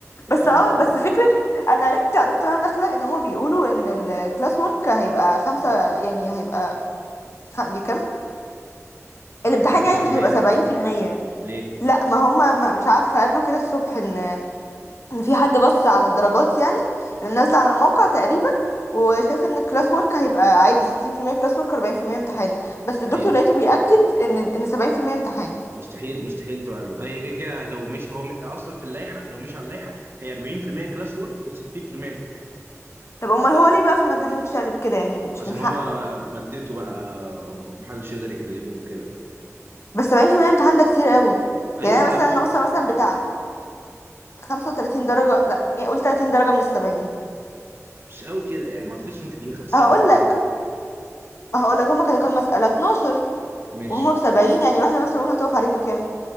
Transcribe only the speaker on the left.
بس
اه
بس فكرة انا عرفت عرفت وانا داخلة ان هما بيقولوا ان الكلاس ورك هيبقى خمسة يعني هيبقى خ- كام
الامتحان
يعني مش هيبقى
70%
لا ما هم ما- مش عارفه قالوا كده الصبح ان ان في حد بص على الدرجات يعني اللي نازله على الموقع تقريبا وشاف ان الكلاس ورك هيبقى عادي 60% كلاس ورك 40% امتحان بس
الدكتور لقيته بيأكد ان ان 70% امتحان
طب امال هو ليه بقى في الماده دي متشقلب كده يعني مش
من حقه
بس 70% امتحان ده كتير قوي
يعني انا
مثلا
ناقصه مثلا بتاع 35 درجه لا يعني قول 30 درجه من ال 70
هقول
لك
هقول لك هما كانوا كام مساله 12
وهما بسبعين يعني واحدة مثلا اقول هتقف عليك بكام